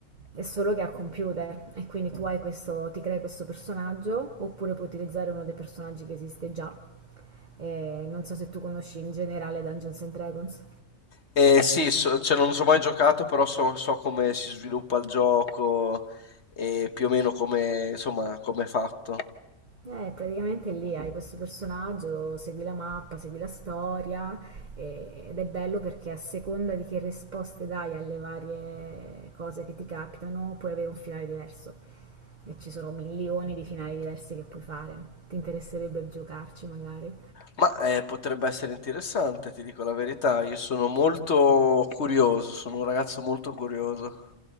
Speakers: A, on the right (about 40°); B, on the left (about 55°).
A: è solo che ha computer e quindi tu hai questo, ti crei questo personaggio oppure puoi utilizzare uno dei personaggi che esiste già. Eh, non so se tu conosci in generale Dungeons and Dragons.
B: Eh, sì, so- cioè, non so mai giocato, però so, so come si sviluppa il gioco e più o meno come, insomma, come è fatto.
A: Eh, praticamente lì hai questo personaggio, segui la mappa, segui la storia e- ed è bello perché a seconda di che risposte dai alle varie cose che ti capitano, puoi avere un finale diverso e ci sono milioni di finali diversi che puoi fare. Ti interesserebbe giocarci magari?
B: Ma eh, potrebbe essere interessante, ti dico la verità. Io sono molto curioso, sono un ragazzo molto curioso.